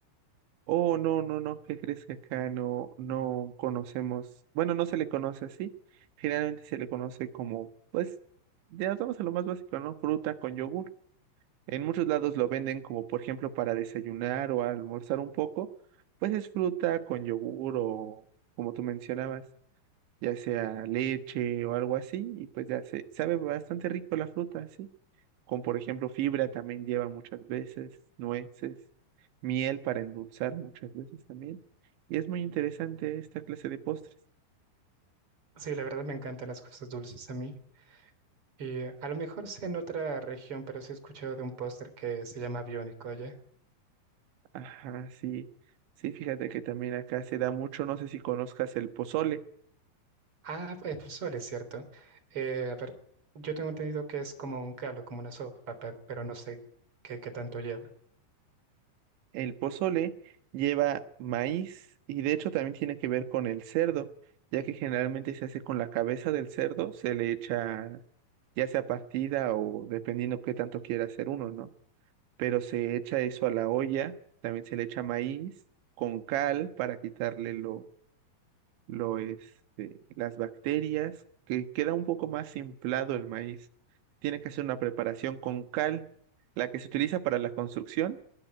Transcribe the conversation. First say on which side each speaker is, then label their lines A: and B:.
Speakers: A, on the right (about 85°); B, on the right (about 35°).
A: Oh, no, no, no, ¿qué crees que acá no, no conocemos? Bueno, no se le conoce así. Generalmente se le conoce como, pues, ya nos vamos a lo más básico, ¿no? Fruta con yogur. En muchos lados lo venden como, por ejemplo, para desayunar o almorzar un poco. Pues es fruta con yogur o, como tú mencionabas, ya sea leche o algo así. Y pues ya se sabe bastante rico la fruta, sí con por ejemplo fibra también lleva muchas veces, nueces, miel para endulzar muchas veces también. Y es muy interesante esta clase de postres.
B: Sí, la verdad me encantan las cosas dulces a mí. Y a lo mejor sea en otra región, pero sí he escuchado de un póster que se llama Biónico allá.
A: Ajá, sí, sí, fíjate que también acá se da mucho, no sé si conozcas el pozole.
B: Ah, eh, pues Pozole, ¿cierto? Eh, a ver, yo tengo entendido que es como un caldo, como una sopa, pe- pero no sé qué, qué tanto lleva.
A: El pozole lleva maíz y de hecho también tiene que ver con el cerdo, ya que generalmente se hace con la cabeza del cerdo, se le echa ya sea partida o dependiendo qué tanto quiera hacer uno, ¿no? pero se echa eso a la olla, también se le echa maíz con cal para quitarle lo, lo, este, las bacterias, que queda un poco más inflado el maíz. Tiene que hacer una preparación con cal, la que se utiliza para la construcción,